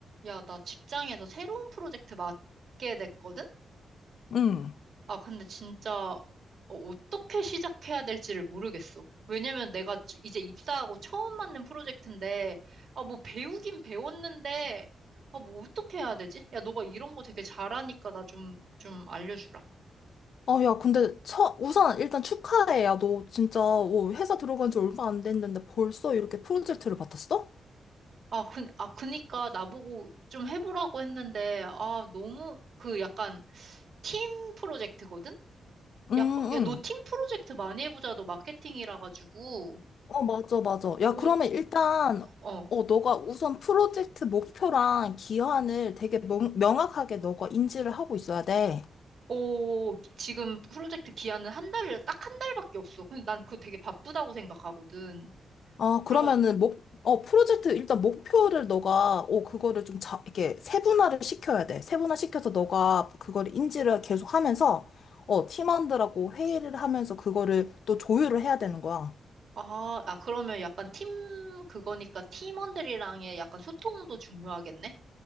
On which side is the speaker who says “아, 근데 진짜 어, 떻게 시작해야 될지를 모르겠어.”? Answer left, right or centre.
Right